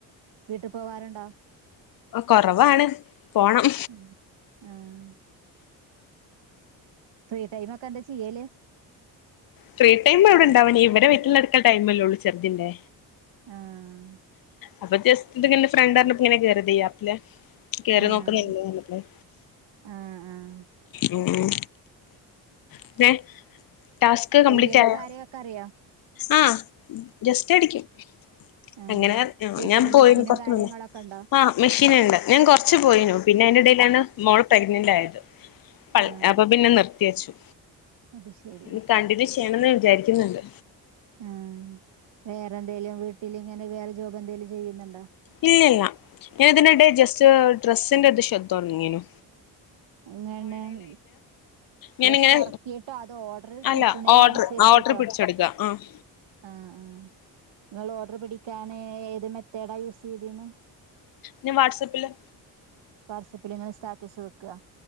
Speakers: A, on the right (about 65°); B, on the left (about 50°).
A: വീട്ട് പോവാറുണ്ടോ
B: കൊറവാണ് പോണം
A: ആഹ് ആഹ് ഫ്രീ ടൈമ എക്കെ എന്താ ചെയ്യല്
B: ഫ്രീ ടൈം എവിടെ ഉണ്ടാവണ ഇവരെ വീട്ടിൽ എടുക്കൽ ടൈമല്ലേ ഉള്ളൂ ചെറുതിന്റെ
A: ആഹ്
B: അപ്പൊജെസ്റ്റ് ഫ്രണ്ട് ആണ്‌ അറിഞ്ഞപ്പോ ഇങ്ങനെ കയറി ഈ ആപ്പിലെ കേറി
A: ആഹ്
B: നോക്കുന്നല്ല ന
A: ആഹ് ആഹ്
B: ഉം പിന്നെ ടാസ്ക് കംപ്ലീറ്റ്
A: തയ്യലൊക്കെ
B: ആയോ
A: ആരെയൊക്കെ അറിയോ
B: ആഹ് ജസ്റ്റ് അടിക്കും
A: ആഹ്
B: അങ്ങനെ
A: വീട്ടില്
B: ഞാൻ പോയിരുന്നു
A: മെഷീനും
B: കൊറച്ച്
A: കാര്യങ്ങളൊക്കെ
B: മുന്നെ
A: ഉണ്ടോ
B: ആഹ് മെഷീൻണ്ട് ഞാൻ കുറച്ച് പോയിനു പിന്നെ അതിന്റെ ഇടയിലാണ് മോള് പ്രഗ്നന്റ് ആയത് പ
A: ആഹ്
B: അപ്പൊ പിന്നെ നിർത്തി വച്ചു
A: അത് ശരി
B: ഇ കണ്ടിന്യു ചെയ്യണംന്ന് വിചാരിക്കുന്നുണ്ട്
A: ആഹ് വേറെന്തേലും വീട്ടില് ഇങ്ങനെ വേറെ ജോബ് എന്തേലും ചെയ്യുന്നുണ്ടോ
B: ഇല്ലല്ല ഞാൻ ഇതിനിടയിൽ ജസ്റ്റ് ഡ്രസ്സിന്റെ ഒരു ഷോപ്പ് തുടങ്ങിയനു
A: എങ്ങണം
B: ഞാനിങ്ങനെ
A: ഡ്രസ്സ് ഇറക്കിട്ടോ അത് ഓർഡർ
B: അല്ല
A: കിട്ടണതിനന്
B: ഓർഡർ
A: അനുസരിച്ചിട്ടോ
B: ഓർഡർ പിടിച്ചെടുക്കുക ആഹ്
A: ആഹ് ആഹ് നിങ്ങൾ ഓർഡർ പിടിക്കാന് ഏത് മെത്തേഡാ യൂസ് ചെയ്തന്ന്
B: ഞാൻ വാട്സ്ആപ്പ്ല്
A: വാട്സ്ആപ്പിൽ ഇങ്ങനെ സ്റ്റാറ്റസ് വെക്കുക